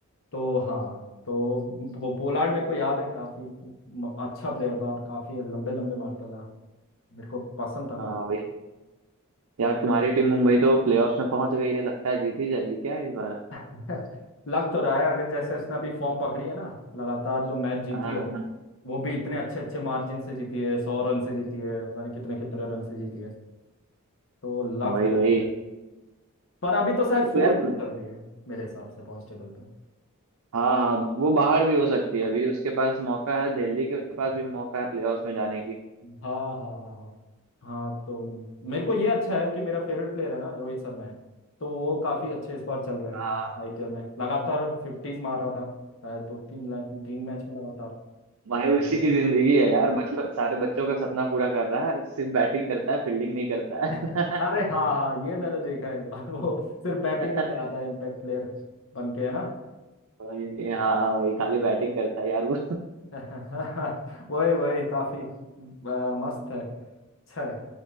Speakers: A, on the left; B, on the right.
A: तो हाँ तो पो, पोलार्ड मेरे को याद है काफी म- अच्छा प्लेयर था और काफी लंबे लंबे मारता था मेरे को पसंद था
B: हाँ
A: काफी
B: वही यार तुम्हारी टीम मुंबई तो प्लेऑफ्स में पहुंच गई है लगता है जीत ही जाएगी क्या इस बार
A: दे- <laughs> लग तो रहा है अगर जैसे उसने अभी फॉर्म पकड़ी है ना लगातार जो मैच जीती
B: हाँ
A: है
B: हाँ,
A: वो भी इतने अच्छे अच्छे मार्जिन से जीती है सौ रन से जीती है पता नहीं कितने कितने रन से जीती है तो लग
B: वही
A: तो रहा
B: वही
A: है पर अभी तो शायद
B: देखो
A: फोर्थ
B: यार
A: चल रही है मेरे हिसाब से पॉइंट टेबल
B: हाँ हाँ वो बाहर भी हो सकती है अभी उसके पास मौका है दिल्ली के पास भी मौका है प्लेऑफ्स में जाने की
A: हाँ हाँ हाँ हाँ हाँ तो मेरे को ये अच्छा है कि मेरा फेवरेट प्लेयर है ना रोहित शर्मा है तो वो काफी अच्छे इस बार चल रहा है
B: हाँ
A: आईपीएल में लगातार फिफ्टीज मार रहा था शायद दो तीन ला- तीन मैच में लगातार
B: भाई
A: century।
B: उसी की जिंदगी है यार बचपन सारे बच्चों का सपना पूरा कर रहा है सिर्फ बैटिंग करता है फील्डिंग नहीं करता
A: <laughs>
B: है
A: अरे हाँ हाँ ये मैंने देखा है इस बार <laughs> वो सिर्फ बैटिंग
B: <laughs>
A: करने आता है इम्पैक्ट प्लेयर बन के है ना
B: भाई हाँ भाई खाली बैटिंग करता है यार वो
A: <laughs> वही वही काफी आ, मस्त है अच्छा है